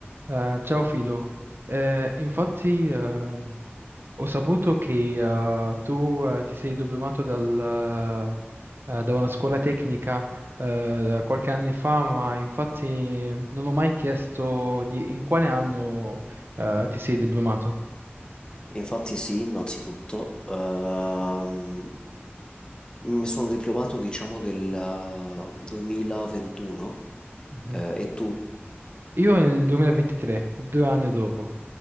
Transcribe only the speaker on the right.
Eh, ciao Filo, Eh, infatti ehm, ho saputo che eh, tu eh, ti sei diplomato dal, eh, da una scuola tecnica eh, qualche anno fa, ma infatti non ho mai chiesto di in quale anno eh, ti sei diplomato.
Mhm.
Io nel 2023, due anni dopo,